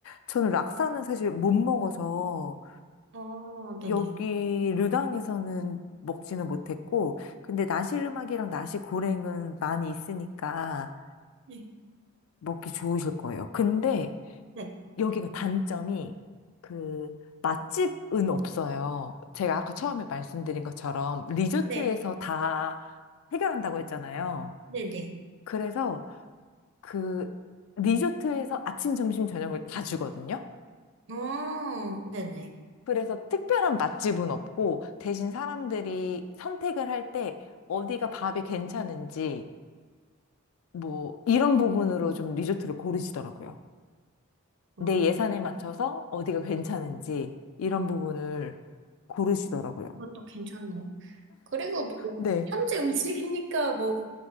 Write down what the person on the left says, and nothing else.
저는 락사는 사실 못 먹어서
여기 르당에서는 먹지는 못했고, 근데 나시르막이랑 나시고랭은 많이 있으니까
먹기 좋으실 거예요. 근데
여기가 단점이 그 맛집은 없어요. 제가 아까 처음에 말씀드린 것처럼 리조트에서
다 해결한다고 했잖아요.
그래서 그 리조트에서 아침, 점심, 저녁을 다 주거든요.
그래서 특별한 맛집은 없고 대신 사람들이 선택을 할 때 어디가 밥이 괜찮은지 뭐 이런 부분으로 좀 리조트를 고르시더라고요.
내 예산에 맞춰서 어디가 괜찮은지 이런 부분을 고르시더라고요.
네.